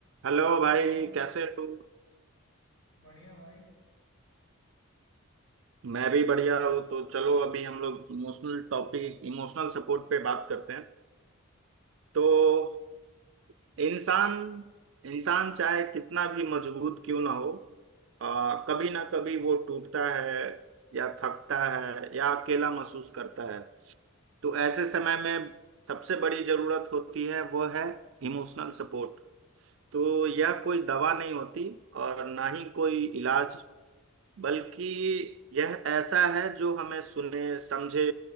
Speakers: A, on the right (about 60°); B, on the left (about 55°).
A: Hello भाई
B: तो भाई
A: कैसे हो
B: बढ़िया भाई
A: मैं भी बढ़िया हूँ तो चलो अभी हम लोग इमोशनल टॉपिक इमोशनल सपोर्ट पे बात करते हैं तो इंसान इंसान चाहे कितना भी मजबूत क्यों ना हो आ, कभी ना कभी वो टूटता है या थकता है या अकेला महसूस करता है तो ऐसे समय में सबसे बड़ी जरूरत होती है वो है इमोशनल सपोर्ट तो यह कोई दवा नहीं होती और ना ही कोई इलाज बल्कि यह ऐसा है जो हमें सुने समझे